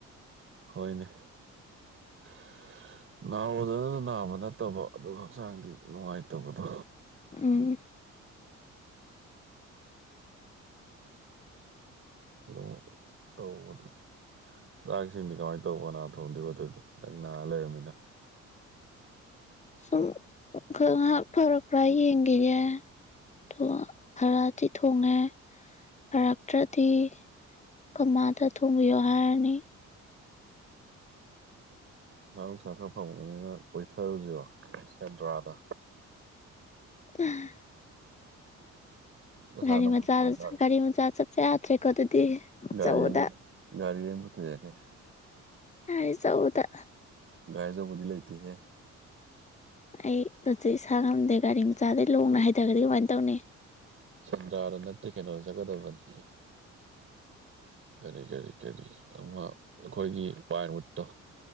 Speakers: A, on the right; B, on the left.
A: ꯍꯣꯏꯅꯦ <inaudible> ꯅꯥꯔꯣꯗꯅꯗꯤ ꯅꯥꯕ ꯅꯠꯇꯕ ꯑꯗꯨꯒ ꯍꯛꯆꯥꯡꯗꯤ ꯅꯨꯡꯉꯥꯏꯇꯕꯗꯣ
B: ꯎꯝ
A: ꯑꯗꯣ ꯇꯧꯕꯗꯣ ꯆꯥꯛ ꯏꯁꯤꯡꯗꯤ ꯀꯃꯥꯏꯅ ꯇꯧꯕ ꯀꯅꯥꯅ ꯊꯣꯡꯗꯣꯏꯕ ꯑꯗꯨꯗꯤ ꯅꯪ ꯅꯥ ꯂꯩꯔꯕꯅꯤꯅ
B: ꯁꯨꯝ ꯈꯔ ꯉꯥꯏꯍꯥꯛ ꯐꯔꯛꯄ꯭ꯔꯥ ꯌꯦꯡꯒꯤꯒꯦ ꯗꯨꯒ ꯐꯔꯛꯑꯗꯤ ꯊꯣꯡꯉꯦ ꯐꯔꯛꯇ꯭ꯔꯗꯤ ꯈꯪꯃꯥꯗ ꯊꯣꯡꯕꯤꯌꯣ ꯍꯥꯏꯔꯅꯤ
A: ꯄꯩꯁꯥ ꯅꯨꯡꯁꯥ ꯈꯔ ꯐꯪꯕꯅꯤꯅ ꯀꯣꯏꯊꯥꯔꯨꯖꯤꯔꯣ ꯁꯦꯟꯗ꯭ꯔꯥꯗ
B: <unintelligible>
A: ꯄꯩꯁꯥ
B: ꯒꯥꯔꯤ
A: ꯅꯪ
B: ꯃꯆꯥꯗ ꯒꯥꯔꯤ ꯃꯆꯥ ꯆꯠꯄꯥ ꯌꯥꯗ꯭ꯔꯦꯀꯣ ꯑꯗꯨꯗꯤ ꯑꯆꯧꯕꯗꯥ
A: ꯒꯥꯔꯤ ꯒꯥꯔꯤ <unintelligible>
B: ꯒꯥꯔꯤ ꯑꯆꯧꯕꯗ
A: ꯒꯥꯔꯤ ꯑꯆꯧꯕꯗꯤ ꯂꯩꯇꯦꯍꯦ
B: ꯑꯩ ꯗꯨꯗꯤ ꯏꯁꯥ ꯉꯝꯗꯦ ꯒꯥꯔꯤ ꯃꯆꯥꯗꯩ ꯂꯣꯡꯅ ꯍꯥꯏꯗꯥꯒ꯭ꯔꯗꯤ ꯀꯃꯥꯏꯟ ꯇꯧꯅꯤ
A: ꯁꯦꯟꯗ꯭ꯔꯥꯗ ꯅꯠꯇꯦ ꯀꯩꯅꯣꯗ ꯆꯠꯀꯗꯕꯅꯤ ꯀꯔꯤ ꯀꯔꯤ ꯀꯔꯤ ꯑꯃ ꯑꯩꯈꯣꯏꯒꯤ ꯄꯥꯏꯟꯋꯨꯠꯇꯣ